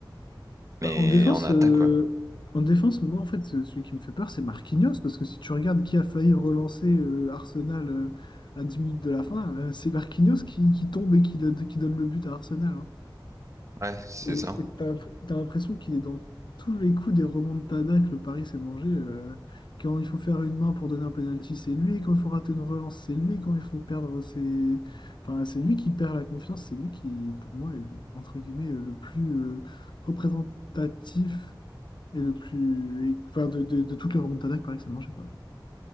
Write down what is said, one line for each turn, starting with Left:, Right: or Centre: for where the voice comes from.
Right: Mais
Left: Bah, en défense,
Right: en attaque,
Left: euh,
Right: ouais.
Left: en défense, moi, en fait, ce- celui qui me fait peur, c'est Marquinhos, parce que si tu regardes qui a failli relancer euh, Arsenal euh, à 10 minutes de la fin, euh, c'est Marquinhos qui, qui tombe et qui, donne qui donne le but à Arsenal. hein.
Right: Ouais, c'est
Left: Et
Right: ça.
Left: et t'as l'impr- t'as l'impression qu'il est dans tous les coups des remontadas que le Paris s'est mangé. euh, quand il faut faire une main pour donner un penalty, c'est lui. Quand il faut rater une relance, c'est lui. Quand il faut perdre, c'est... Enfin, c'est lui qui perd la confiance. C'est lui qui, pour moi, est, le- entre guillemets, euh, le plus euh, représentatif et le plus. et- Enfin, de, de, de toutes les remontadas il paraît que Paris s'est mangé, quoi.